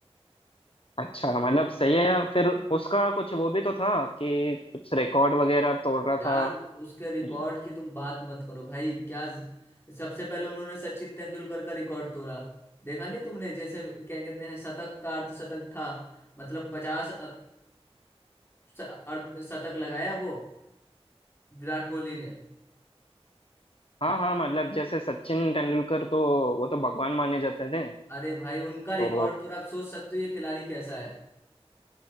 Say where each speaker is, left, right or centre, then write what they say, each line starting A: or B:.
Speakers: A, on the left; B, on the left.
A: अच्छा मतलब सही है यार फिर उसका कुछ वो भी तो था कि कुछ रिकॉर्ड वगैरह तोड़ रहा था
B: यार उसके रिकॉर्ड
A: ज-
B: की तुम बात मत करो भाई क्या ज- सबसे पहले उन्होंने सचिन तेंदुलकर का रिकॉर्ड तोड़ा देखा नहीं तुमने जैसे क्या कहते हैं शतक का अर्ध शतक था मतलब पचास अ, स- अर्ध शतक लगाया वो विराट कोहली ने
A: हाँ हाँ मतलब जैसे सचिन तेंदुलकर तो वो तो भगवान माने जाते थे
B: अरे भाई उनका
A: तो
B: रिकॉर्ड तोड़ा आप सोच सकते हो ये खिलाड़ी कैसा है